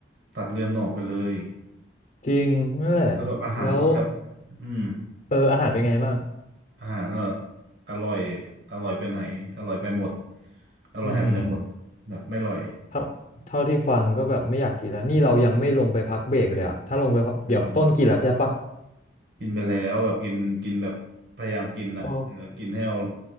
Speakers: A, on the right; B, on the left.
A: ตัดเงินออกไปเลย
B: จริงนั่นแหละแล้ว
A: แล้วแบบอาหารก็แบบอืม
B: เอออาหารเป็นไงบ้าง
A: อาหารก็อร่อยอร่อยไปไหนอร่อยไปหมดอร่อยหายไปไหนหมดแบบไม่อร่อย
B: อือหือ เท่าเท่าที่ฟังก็แบบไม่อยากกินแล้วนี่เรายังไม่ลงไปพักเบรกเลยอะถ้าลงไปพักเดี๋ยวต้นกินแล้วใช่ปะ
A: เออกินไปแล้วแบบกินกินแบบพยายามกินอ่ะเออกินให้เอา
B: อ๋อ